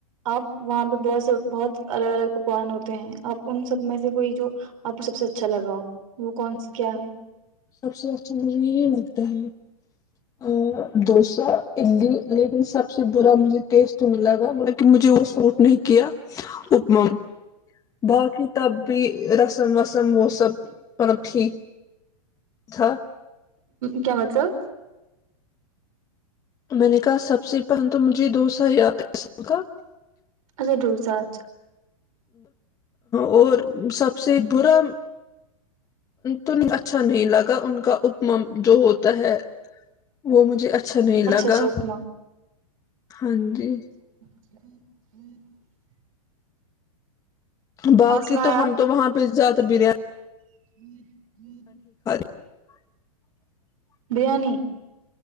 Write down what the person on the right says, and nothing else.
آپ وہاں پہ بہت س بہت الگ الگ پکوان ہوتے ہیں آپ ان سب میں سے کوئی جو آپ کو سب سے اچھا لگاؤ وہ کون کیا ہے
کیا مطلب
اچھا ڈوسا آج
اچھا اپما
<inaudible>
سنائیں
آپ
<inaudible>
بریانی